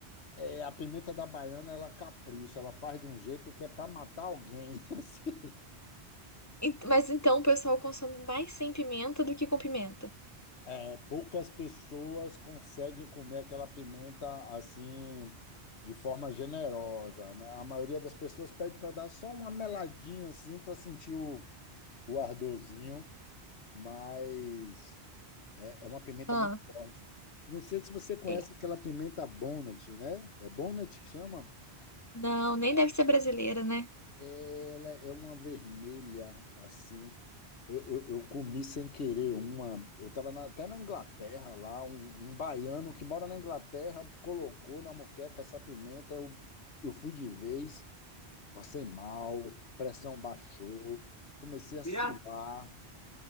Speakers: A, on the left (about 80°); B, on the left (about 15°).
A: É, a pimenta da baiana, ela capricha, ela faz de um jeito que é para matar alguém. <laughs> assim.
B: Ent- Mas então o pessoal consome mais sem pimenta do que com pimenta.
A: É, poucas pessoas conseguem comer aquela pimenta assim, de forma generosa, né? A maioria das pessoas pede para dar só uma meladinha assim, para sentir o, o ardorzinho, mas é, é uma pimenta
B: Ah,
A: muito forte. Não sei se você conhece
B: é.
A: aquela pimenta Bonnet, né? É Bonnet que chama?
B: Não, nem deve ser brasileira, né?
A: Ela é uma vermelha, assim. Eu, eu, eu comi sem querer uma. Eu estava até na Inglaterra lá, um, um baiano que mora na Inglaterra colocou na moqueca essa pimenta. Eu, eu fui de vez, passei mal, pressão baixou, comecei a
B: Yeah.
A: suar.